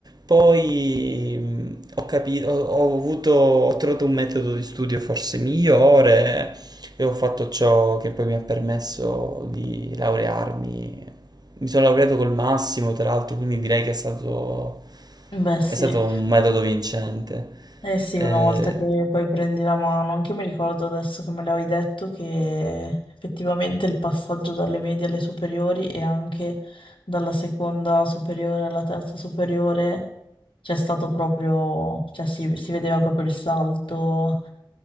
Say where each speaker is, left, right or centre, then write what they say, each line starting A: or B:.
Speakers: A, on the right; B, on the left.
A: poi mh, ho capito, ho, ho avuto, ho trovato un metodo di studio forse migliore e ho fatto ciò che poi mi ha permesso di laurearmi. Mi sono laureato col massimo, tra l'altro, quindi direi che è stato,
B: beh sì.
A: è stato un metodo vincente.
B: Eh sì,
A: Eh,
B: una volta che poi prendi la mano, anche io mi ricordo adesso che me l'avevi detto che effettivamente il passaggio dalle medie alle superiori e anche dalla seconda superiore alla terza superiore c'è stato proprio, cioè si, si vedeva proprio il salto